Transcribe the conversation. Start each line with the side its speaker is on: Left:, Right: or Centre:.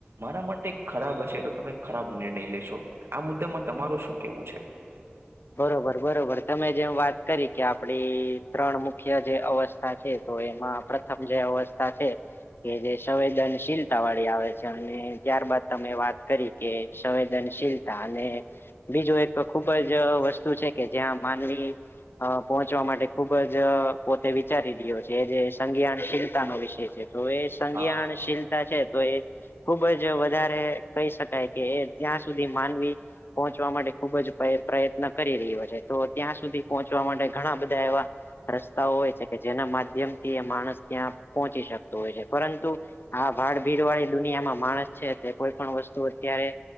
Right: મારા માટે ખરાબ હશે તો તમે ખરાબ નિર્ણય લેશો આ મુદ્દામાં તમારું શું કેવું છે.
Left: બરોબર બરોબર તમે જેમ વાત કરી કે આપડી ત્રણ મુખ્ય જે અવસ્થા છે. તો એમાં પ્રથમ જે અવસ્થા છે. કે જે સંવેદનશીલતા વાળી આવે છે અને ત્યારબાદ તમે વાત કરી કે સંવેદનશીલતા અને બીજું એક ખુબ જ જ વસ્તુ છે કે જ્યાં માનવી અ પહોંચવા માટે ખુબ જ પોતે વિચારી રહ્યો છે એ જે સંજ્ઞાનશીલતાનો વિષય તો એ સંજ્ઞાનશીલતા
Right: હા
Left: છે તો એ ખુબ જ વધારે કહી શકાય કે એ ત્યાં સુધી માનવી પહોંચવા માટે ખુબ જ પ્રયત પ્રયત્ન કરી રહ્યો છે તો ત્યાં સુધી પહોંચવા માટે ઘણા બધા એવા રસ્તાઓ હોય છે કે જેના માધ્યમ થી એ માણસ ત્યાં પહોંચી શકતો હોય છે પરંતુ આ ભાડ ભીડ વાળી દુનિયામાં માણસ છે તે કોઈ પણ વસ્તુ અત્યારે